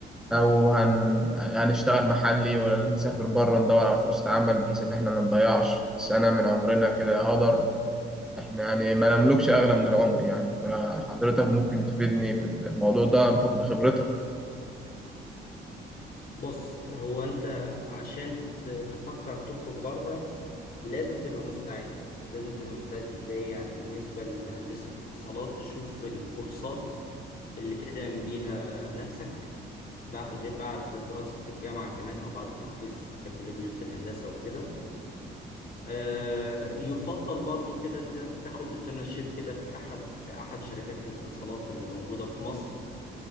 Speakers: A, in the centre; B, on the left.
A: او هن... هنشتغل محلي ولا نسافر بره ندور على فرصة عمل بحيث ان احنا ما نضيعش سنة من عمرنا كده هدر احنا يعني ما نملكش اغلى من العمر يعني فحضرتك ممكن تفيدني في الموضوع ده بحكم خبرتك
B: بص هو انت عشان ت- تفكر تخرج بره لازم تبقى مستعد لازم تبقى مستعد ازاي يعني بالنسبة لهندسة الاتصالات تشوف الكورسات اللي تدعم بيها نفسك بع- غير بعد دراسة الجامعة كمان او بعد تخليص بكالوريوس الهندسة وكده آه، يفضل برضو كده ت- تاخد انترنشيب كده في احد في احد شركات الاتصالات اللي موجودة في مصر